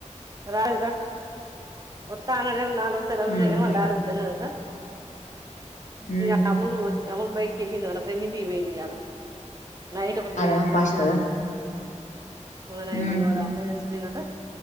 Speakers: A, on the right; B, on the left.
A: రాలేదు రా. వత్తా అన్నడు గాని నాల్ రోజ్ సెలవులు
B: ఉహు
A: ఉన్నయి గానీ వాళ్ళ డాడీ వద్దన్నడటా.
B: ఉమ్
A: ఇంగా అమ్ములూ వచ్చి అమ్ములు బయటికెళ్ళింది వాళ్ళ ఫ్రెండింటి. ఇయ్యాల నైట్ ఒకటి
B: అదా
A: థెయ్ తెమ్మన్.
B: పాస్తదా
A: మొన్న నైట్
B: ఉమ్
A: ఎవరో అమ్మాయి సచ్చిపోయిందట